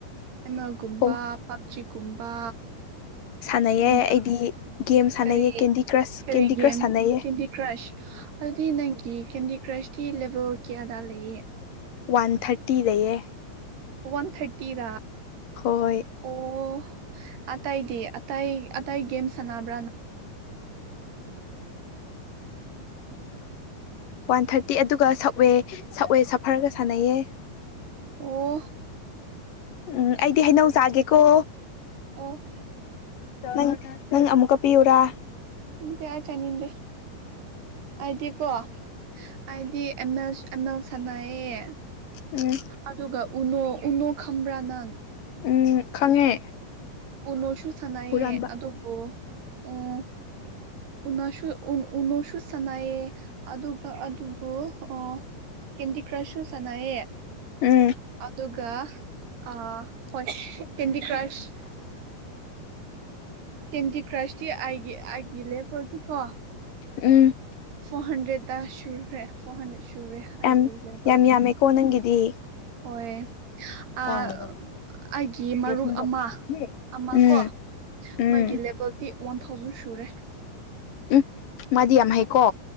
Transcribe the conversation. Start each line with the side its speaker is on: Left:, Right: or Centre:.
Right: ꯑꯝꯑꯦꯜꯒꯨꯝꯕ
Left: ꯑꯣ
Right: ꯄꯞꯖꯤꯒꯨꯝꯕ
Left: ꯁꯥꯟꯅꯩꯌꯦ
Right: ꯐꯣꯟꯗ
Left: ꯑꯩꯗꯤ ꯒꯦꯝ ꯁꯥꯟꯅꯩꯌꯦ
Right: ꯀꯔꯤ
Left: ꯀꯦꯟꯗꯤ ꯀ꯭ꯔꯁ
Right: ꯀꯔꯤ
Left: ꯀꯦꯟꯗꯤ
Right: ꯒꯦꯝ
Left: ꯀ꯭ꯔꯁ ꯁꯥꯟꯅꯩꯌꯦ
Right: ꯀꯦꯟꯗꯤ ꯀ꯭ꯔꯁ ꯑꯗꯨꯗꯤ ꯅꯪꯒꯤ ꯀꯦꯟꯗꯤ ꯀ꯭ꯔꯁꯇꯤ ꯂꯦꯕꯦꯜ ꯀꯌꯥꯗ ꯂꯩꯌꯦ
Left: ꯋꯥꯟ ꯊꯥꯔꯇꯤ ꯂꯩꯌꯦ
Right: ꯋꯥꯟ ꯊꯥꯔꯇꯤꯔꯥ
Left: ꯍꯣꯏ
Right: ꯑꯣ ꯑꯇꯩꯗꯤ ꯑꯇꯩ ꯑꯇꯩ ꯒꯦꯝ ꯁꯥꯟꯅꯕ꯭ꯔꯥ
Left: ꯋꯥꯟ ꯊꯥꯔꯇꯤ ꯑꯗꯨꯒ ꯁꯞꯋꯦ ꯁꯞꯋꯦ ꯁꯐꯔꯒ ꯁꯥꯟꯅꯩꯌꯦ
Right: ꯑꯣ
Left: ꯎꯝ ꯑꯩꯗꯤ ꯍꯩꯅꯧ ꯆꯥꯒꯦꯀꯣ
Right: ꯑꯣꯐ
Left: ꯅꯪ ꯅꯪ ꯑꯃꯨꯛꯀ ꯄꯤꯌꯨꯔꯥ
Right: ꯎꯝ ꯀꯌꯥ ꯆꯥꯅꯤꯡꯗꯦ ꯑꯩꯗꯤꯀꯣ ꯑꯩꯗꯤ ꯑꯦꯝ ꯑꯦꯜ ꯑꯦꯝ ꯑꯦꯜ ꯁꯥꯟꯅꯥꯏꯌꯦ
Left: ꯎꯝ
Right: ꯑꯗꯨꯒ ꯎꯅꯨ ꯎꯅꯨ ꯈꯪꯕꯔ ꯅꯪ
Left: ꯎꯝ ꯈꯪꯉꯦ
Right: ꯎꯅꯣꯁꯨ ꯁꯥꯟꯅꯩꯌꯦ
Left: ꯍꯨꯔꯥꯟꯕ
Right: ꯑꯗꯨꯕꯨ ꯎꯝ ꯎꯅꯣꯁꯨ ꯎꯅꯣꯁꯨ ꯁꯥꯟꯅꯩꯌꯦ ꯑꯗꯨꯒ ꯑꯗꯨꯕꯨ ꯑ ꯀꯦꯟꯗꯤ ꯀ꯭ꯔꯁꯁꯨ ꯁꯥꯟꯅꯌꯦ
Left: ꯎꯝ
Right: ꯑꯗꯨꯒ ꯑ ꯍꯣꯏ ꯀꯦꯟꯗꯤ ꯀ꯭ꯔꯁ ꯀꯦꯟꯗꯤ ꯀ꯭ꯔꯁꯇꯤ ꯑꯩꯒꯤ ꯑꯩꯒꯤ ꯂꯦ <unintelligible> ꯄꯣꯜꯊꯤꯈꯣ
Left: ꯎꯝ
Right: ꯐꯣꯔ ꯍꯟꯗ꯭ꯔꯦꯗꯠꯇ ꯁꯨꯔꯈ꯭ꯔꯦ ꯐꯣꯔ ꯍꯟꯗ꯭ꯔꯦꯗ ꯁꯨꯔꯦ ꯑꯩꯒꯤ
Left: ꯌꯥꯝ
Right: ꯂꯦꯚꯦꯜꯗꯤ
Left: ꯌꯥꯝ ꯌꯥꯝꯃꯦꯀꯣ ꯅꯪꯒꯤꯗꯤ
Right: ꯍꯣꯏ ꯑꯥ
Left: ꯀꯌꯥꯝ ꯂꯩꯅꯣ
Right: ꯑꯥꯏꯒꯤ ꯃꯔꯨꯞ
Left: ꯔꯣꯁꯅꯤꯖꯦ
Right: ꯑꯃ
Left: ꯔꯣꯁꯅꯤ
Right: ꯑꯃ
Left: ꯎꯝ
Right: ꯀꯣ
Left: ꯎꯝ
Right: ꯃꯥꯒꯤ ꯂꯦꯕꯦꯜꯗꯤ ꯋꯥꯟ ꯊꯥꯎꯖꯟ ꯁꯨꯔꯦ
Left: ꯎꯝ ꯃꯥꯗꯤ ꯌꯥꯝ ꯍꯩꯀꯣ